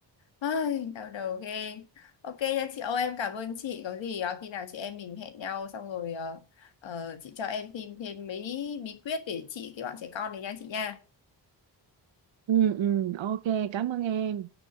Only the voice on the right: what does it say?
ừ ừ ok cảm ơn em